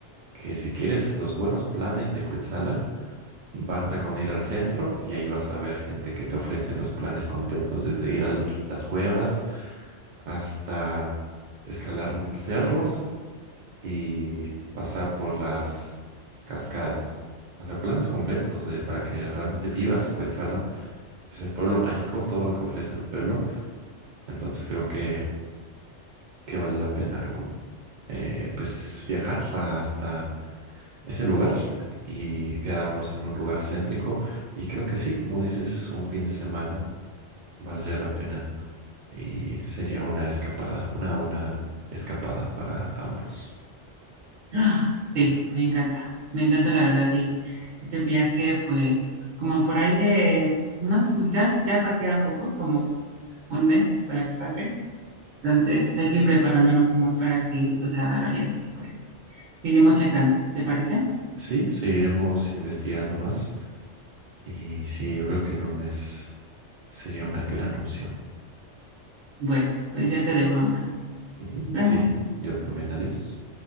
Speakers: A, on the right (about 55°); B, on the right (about 80°).
A: que si quieres los buenos planes de Cuetzalan, basta con ir al centro y ahí vas a ver gente que te ofrece los planes completos, desde ir a las cuevas hasta escalar cerros y pasar por las cascadas. O sea, planes completos de, para que realmente vivas Cuetzalan. Pues el pueblo mágico, todo lo que ofrece el pueblo. Entonces creo que, que vale la pena com- eh, pues viajar hasta ese lugar y quedarnos en un lugar céntrico. Y creo que sí, como dices, un fin de semana valdría la pena y sería una escapada, una buena escapada para ambos.
B: <gasps> Ah, Sí, me encanta. Me encanta la verdad. Y ese viaje, pues, como por ahí de unas, ya, ya pa- queda poco, como un mes para que pase. Entonces hay que ir preparándonos, amor, para que esto se haga realidad. Y pues, seguimos checando. ¿Te parece?
A: Sí, seguiremos investigando más y sí, yo creo que en un mes sería una gran opción.
B: Bueno, pues ya te dejo, amor.
A: Ujú.
B: Nos vemos.
A: Sí, yo también, adiós.